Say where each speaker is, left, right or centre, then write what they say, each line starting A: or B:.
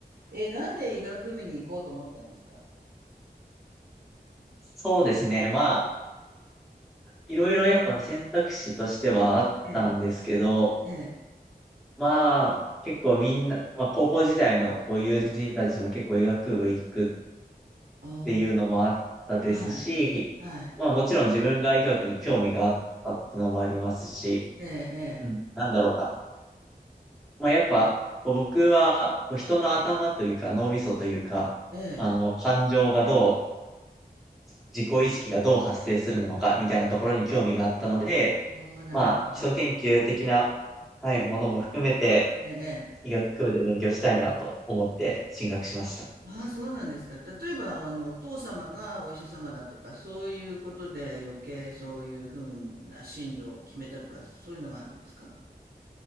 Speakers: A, on the right (about 70°); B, in the centre.
A: え、なんで医学部に行こうと思ったんですか？
B: そうですね。まあ、いろいろやっぱ選択肢としてはあったんですけど、
A: ええ、ええ。
B: まあ、結構みんな、まあ高校時代のこう友人たちも結構医学部行くっ
A: あ
B: ていうのもあったですし、
A: あ、はい。はい。
B: まあもちろん自分が医学に興味があったっていうのもありますし、
A: ええ
B: うん、なんだろうな。まあやっぱ、こう僕はこう人の頭というか脳みそというか、
A: ええ。
B: あの、
A: ええ。
B: 感情がどう、自己意識がどう発生するのかみたいなところに興味があったので、
A: ああ、なるほど、
B: まあ、基礎研究的な、
A: はい。
B: はい、ものも含めて、
A: ええええ。
B: 医学部で勉強したいなと思って進学しました。
A: ああ、そうなんですか。例えば、あの、お父様がお医者様だとか、そういうことで余計そういう風な進路を決めたとか、そういうのはあるんですか？